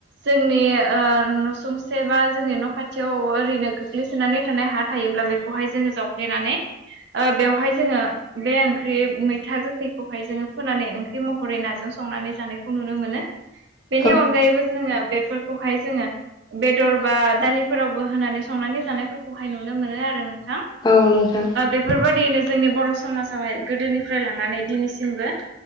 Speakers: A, on the right; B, on the left.
A: जोंनि ओ न'सुंसे बा जोंनि न' खाथियाव ओरैनो गोग्लैसोनानै थानाय हा थायोब्ला बेखौहाय जोङो जावफ्लेनानै ओ बेवहाय जोङो बे ओंख्रि मैथा गोखैखौहाय जोङो फोनानै ओंख्रि महरै नाजों संनानै जानायखौ नुनो मोनो।
B: <inaudible>
A: बेनि अनगायैबो जोङो बेफोरखौहाय जोङो बेदर बा दालिफोरावबो होनानै संनानै जानायफोरखौहाय नुनो मोनो आरो नोंथां।
B: औ नोंथां
A: बेफोरबायदियैनो जोंनि बर' समाजावहाय गोदोनिफ्राय लानानै दिनैसिमबो